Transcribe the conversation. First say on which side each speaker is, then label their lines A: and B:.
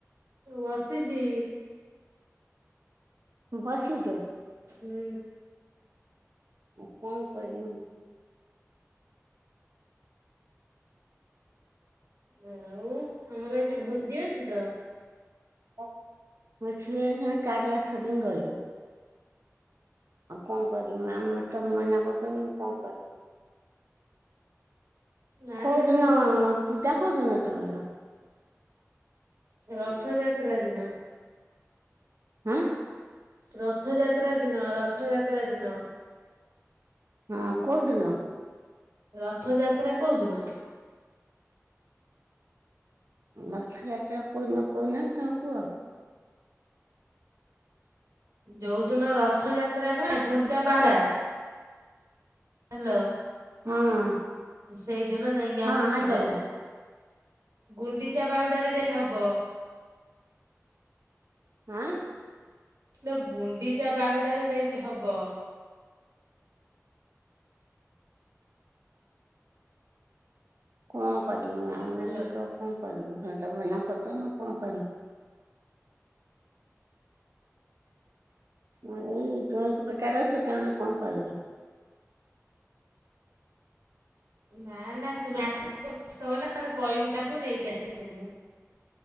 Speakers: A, on the right; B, on the right.
A: ବସିଚି।
B: ବସିଚ?
A: ହୁଁ।
B: କଣ କରିବି?
A: ଆଉ ଆମର ଆଜି ଭୋଜି ଅଛି ତ
B: <unintelligible> ଚାରିଆଠ ଦିନ ରହିବ। ଆଉ କଣ କରିବି ମା ମତେ ମନା କରୁଛନ୍ତି, ମୁଁ କଣ କରିବି?
A: ନା
B: କୋଉଦିନ
A: ନା ତୁମେ ପ
B: ପୂଜା କୋଉଦିନଠୁ? ତଳର
A: ରଥଯାତ୍ରା ଦିନ।
B: ହଁ
A: ରଥଯାତ୍ରା ଦିନ, ରଥଯାତ୍ରା ଦିନ।
B: ହଁ କଉ ଦିନ?
A: ରଥଯାତ୍ରା କୋଉ ଦିନ?
B: ରଥଯାତ୍ରା କୋଉଦିନ କହୁନା ତମେ କୁହ?
A: ଯୋଉଦିନ ରଥଯାତ୍ରା ନୁହେଁ ନା ଗୁଣ୍ଡିଚା ବାହୁଡା ହ୍ୟାଲୋ
B: ହଁ।
A: ସେଇ ଦିନ ଯାଇକି ଆମର
B: ହଁ ହ୍ୟାଲୋ
A: ପୂଜା। ଗୁଣ୍ଡିଚା ବାହୁଡାରେ ଯାଇ ହବ।
B: ହଁ
A: ଲୋ ଗୁଣ୍ଡିଚା ବାହୁଡାରେ ଯାଇକି ହବ।
B: କଣ କଦୁ ଆ ମୋତେ
A: ହାଲୋ
B: ତ କ କରିବୁ ସେ ତ ମନା କର ମୁଁ କଣ କରିବି। ଏଇ <unintelligible> କାର ଛୋଟା ମା କଣ କରିବେ।
A: ନା ନା ତୁମେ ଆସ ବ୍ୟସ୍ତ ହବ ନା ମୁଁ କହମି ତାଙ୍କୁ ନେଇକି ଆସିବେ <inaudible>